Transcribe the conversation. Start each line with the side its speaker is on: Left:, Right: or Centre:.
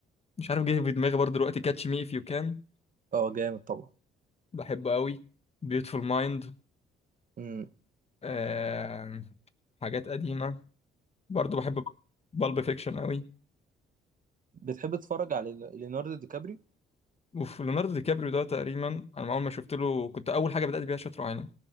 Left: مش عارف جه في دماغي برضو دلوقتي كاتش مي اف يو كان
Right: اه جامد طبعا
Left: بحبه قوي بيوتفول مايند
Right: امم
Left: آه حاجات قديمه برضه بحب بالب فيكشن قوي
Right: بتحب تتفرج على ليوناردو دي كابري
Left: وفي ليوناردو دي كابريو ده تقريبا انا ما اول ما شفت له كنت اول حاجه بدات بيها شاتر ايلاند